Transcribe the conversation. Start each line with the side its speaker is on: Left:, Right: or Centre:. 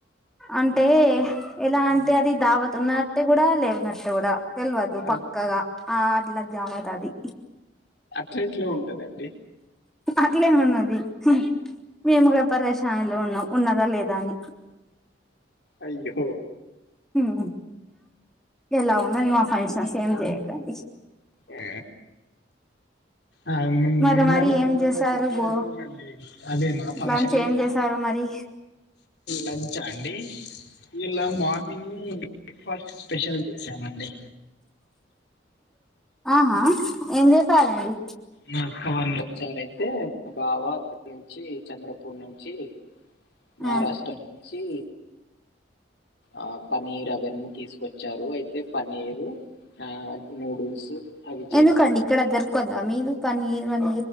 Centre: అంటే ఎలా
Left: హ్మ్.
Centre: అంటే అది దావత్ ఉన్న ట్టు గూడా లేవునట్టు గుడా తెల్వదు పక్కగా
Left: అట్
Centre: ఆ ఆడ్ల జావైతాది
Left: టెట్ట్లో ఉంటదండి
Centre: అట్లే మన్నది హూ మేముగా పరేషాన్ లో ఉన్నా ఉన్నదా లేదా అని
Left: అయ్యో
Centre: ఉమ్ ఎలా ఉందని మా ఫంక్షన్స్ ఏం చేయాలండి
Left: ఆ ఆయ్ నిన్ననో
Centre: మరి మరి ఏం
Left: మొన్ననో
Centre: చేసారు
Left: చెప్పారు
Centre: బో
Left: చూడండి అదే నా ఫంక్షన్
Centre: లంచ్
Left: ఇది
Centre: ఏం చేసారు మరి
Left: లంచ్ ఆ అండి ఇలా మార్నింగ్ బ్రేక్ఫాస్ట్ స్పెషల్ చేసామండి
Centre: ఆహా ఏం చేపారండి
Left: మా అక్క వాళ్ళోచ్చారైతే బా బావ <unintelligible> చి చంద్ర ప్పుడు నించి మారాష్ట్ర
Centre: ఆ
Left: నుంచి ఆ పనీర్ తీసుకొచ్చ వచ్చారు అయితే పన్నీరు ఆ నూడిల్స్ అవి చేశారు
Centre: ఎందుకండి ఇక్కడ దొరకుదా మీ ఇది పన్నీర్ పాన్